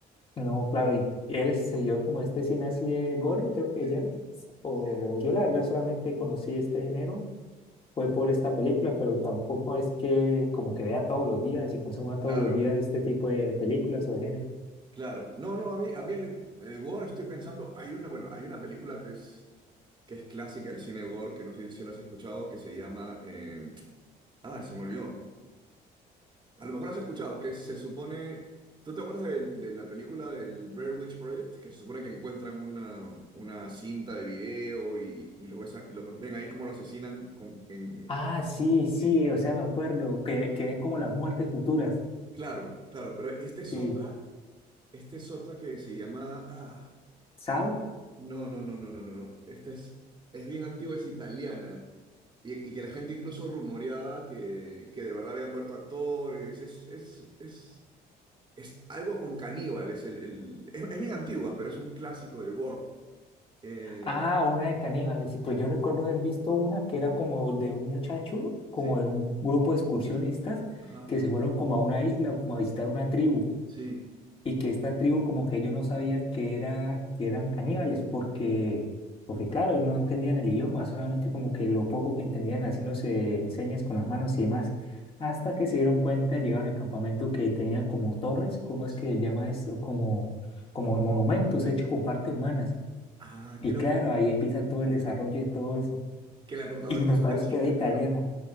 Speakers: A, on the left; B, on the right.
A: No, claro, ¿y eres seguidor como este cine así de gore, creo que
B: Sí,
A: llama? O
B: sí,
A: yo la verdad solamente conocí este género, fue por esta película, pero tampoco es que como que vea todos los días y consuma todos
B: claro,
A: los días este tipo de películas o de género.
B: claro. No, no, a mí, a mí el, el gore estoy pensando, hay una, bueno, hay una película que es que es clásica del cine gore, que no sé si la has escuchado, que se llama... eh, Ah, se me olvidó. A lo mejor la has escuchado, que se supone... ¿Tú te acuerdas de, de la película del Blair Witch Project? Que se supone que encuentran una, una cinta de video y, y los, ves a- y los ven ahí como lo asesinan con... en-
A: Ah, sí, sí,
B: ¿Sí?
A: o sea, me acuerdo, que, que ven como las muertes futuras,
B: Claro, claro, pero esta es
A: sí.
B: otra, esta es otra que se llama... Ah,
A: ¿Sao?
B: No, no, no, no, no, no, no. Esta es, es bien antigua, es italiana. Y, y que la gente incluso rumoreaba que, que de verdad habían muerto actores. Es, es, es, es algo con caníbal. Es, el, el- es, es bien antigua, pero es un clásico del gore. Eh,
A: Ah, una de caníbales. Pues yo recuerdo haber visto una que era como de un muchacho, como
B: sí,
A: de un grupo de excursionistas
B: ajá,
A: que se fueron como a una isla o como a visitar una tribu.
B: sí,
A: y que esta tribu como que ellos no sabían que eran, que eran caníbales, porque, porque claro, no entendían el idioma, solamente como que lo poco que entendían haciéndose señas con las manos y demás, hasta que se dieron cuenta, llegaron al campamento que tenían como torres, ¿cómo es
B: sí.
A: que se llama esto? Como, como monumentos hechos con partes humanas.
B: Ah,
A: Y
B: creo
A: claro,
B: que,
A: ahí empieza todo el desarrollo de todo eso.
B: que la protagonista
A: Y me
B: es
A: parece
B: una chica,
A: que era italiana.
B: creo.